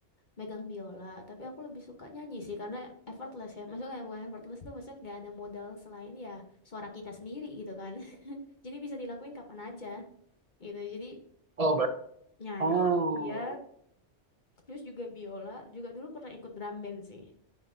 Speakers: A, on the left (about 45°); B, on the right (about 45°).
A: megang biola, tapi aku lebih suka nyanyi sih karena effortless ya. Maksudnya bukan effortless tuh maksudnya nggak ada modal selain ya suara kita sendiri gitu kan. <laughs> Jadi bisa dilakuin kapan aja gitu. Jadi
B: Oh, berarti.
A: nyanyi
B: Oh,
A: iya, terus juga biola, juga dulu pernah ikut drum band sih.